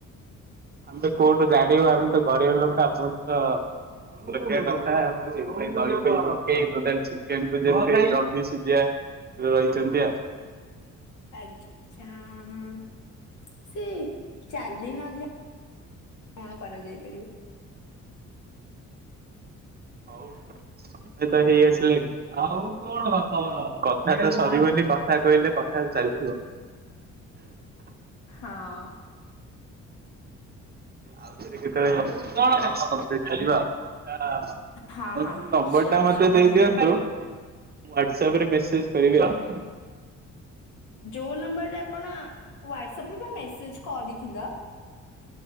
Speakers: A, on the right (about 30°); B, on the left (about 75°).
A: ଆମେ ତ କୋଉଠୁ ଜାଣିବୁ। ଆମେ ତ ଗରିବ ଲୋକ ଆପଣ ତ ବଡଲୋକିଆ କଥା ବୁଝି ଏ ଦହି ଫହି ପକେଇ ଟୋଟାଲ ଚିକେନ୍ ଯଦି ଯେମିତି <unintelligible> ରହିଛନ୍ତି ଆଉ।
B: ଆଚ୍ଛା-ଚ୍ଛା ହଁ ହଁ ସେ ଚାଲି ନ ଯ କଣ କରାଯାଇପାରିବ?
A: ହୋଉ ସନ୍ଧ୍ୟା ଡ ହେଇ ଆସିଲେଣି। <inaudible> କଥା ତ ସରିବନି କଥା କହିଲେ କଥା ଚାଲିଥିବ। <inaudible>
B: ହଁ।
A: ଆଉଥରେ କେତେବେଳ ଟାସ୍କ କମ୍ଲିଟ କରିବା ଆଉ। ଆପଣ
B: ହଁ ହଁ
A: <unintelligible>
B: ହଁ
A: ନମ୍ବର
B: ସିଓର
A: ଟା ମତେ
B: ସିଓର।
A: ଦେଇ ଦିଅନ୍ତୁ। ମୁଁ ହ୍ୱାଟ୍ସପରେ ମେସେଜ କରିବି ଆଉ।
B: ଯୋଉ ନମ୍ବରରେ ଆପଣ, ହାଟସପରେ ବା ମେସେଜ କରିଥିଲ?